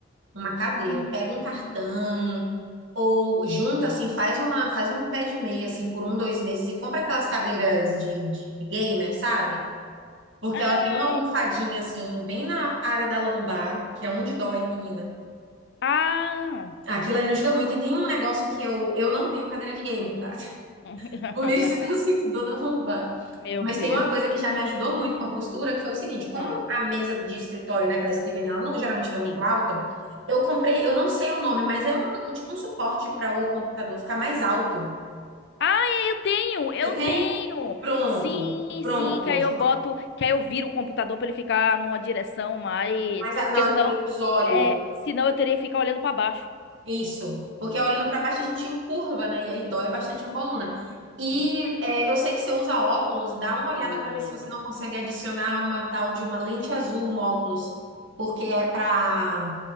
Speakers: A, on the right; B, on the left.
A: Uma cadeira.
B: Hum,
A: Pega um cartão ou junta, assim, faz uma, faz um pé de meia, assim, por um, dois meses e compra aquelas cadeiras de, de gamer, sabe? Porque
B: é,
A: ela tem uma almofadinha, assim, bem na área da lombar, que é onde dói, menina.
B: ah,
A: Aquilo ali ajuda muito. E tem um negócio que eu, eu não tenho cadeira de gamer, tá? <laughs>
B: <laughs>
A: Por isso que eu sinto dor na lombar.
B: meu
A: Mas
B: Deus.
A: tem uma coisa que já me ajudou muito com a postura, que foi o seguinte: como
B: Ah,
A: a mesa de escritório, né, aquela escrivaninha, ela não- geralmente não é muito
B: sim.
A: alta, eu comprei, eu não sei o nome, mas é um, um tipo um suporte para o computador ficar mais alto.
B: Ah, eu tenho, eu
A: Você tem?
B: tenho.
A: Pronto,
B: Sim,
A: pronto.
B: sim, que aí eu boto, que aí eu viro o computador pra ele ficar numa direção mais,
A: Mas a-
B: porque
A: na
B: senão,
A: altura dos olhos.
B: é, senão eu teria que ficar olhando pra baixo.
A: Isso, porque olhando para baixo a gente encurva, né? E aí dói bastante a coluna. E
B: Sim,
A: é, eu sei que você usa óculos, dá uma olhada
B: os-
A: para ver se você não consegue adicionar uma tal de uma lente azul no óculos, porque é para